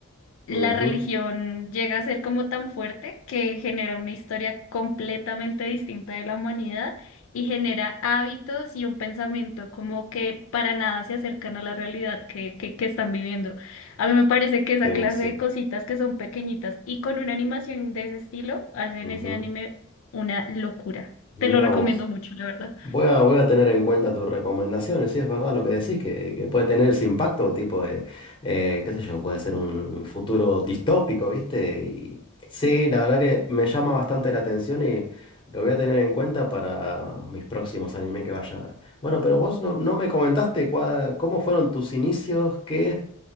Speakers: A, on the left (about 70°); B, on the left (about 25°).
A: la
B: Ujú,
A: religión llega a ser como tan fuerte que genera una historia completamente distinta de la humanidad y genera hábitos y un pensamiento como que para nada se acercan a la realidad que, que, que están viviendo. A mí me parece que esa
B: Sí,
A: clase
B: sí.
A: de cositas que son pequeñitas y con una animación de ese estilo hacen
B: Ujú.
A: ese anime una locura.
B: Mira
A: Te lo recomiendo
B: vos.
A: mucho, la verdad.
B: Voy a, voy a tener en cuenta tus recomendaciones, si es verdad lo que decís, que, que puede tener ese impacto, tipo, de, eh, qué sé yo, puede ser un futuro distópico, ¿viste? Y sí, la verdad que me llama bastante la atención y lo voy a tener en cuenta para mis próximos anime que vaya a ver. Bueno, pero vos no, no me comentaste cua- cómo fueron tus inicios, qué,